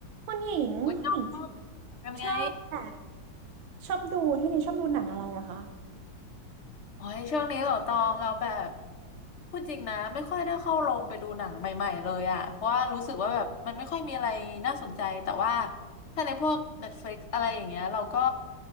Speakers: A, on the right; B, on the left.
A: คุณหญิงคุณหญิง
B: โอ้ยองเป็นไง
A: ชอบแบบชอบดูช่วงนี้ชอบดูหนังอะไรอะคะ
B: โอ้ยช่วงนี้เหรอตองเราแบบพูดจริงนะไม่ค่อยได้เข้าโรงไปดูหนังใหม่ๆเลยอะเพราะว่ารู้สึกว่าแบบมันไม่ค่อยมีอะไรน่าสนใจแต่ว่าถ้าในพวก Netflix อะไรอย่างเงี้ยเราก็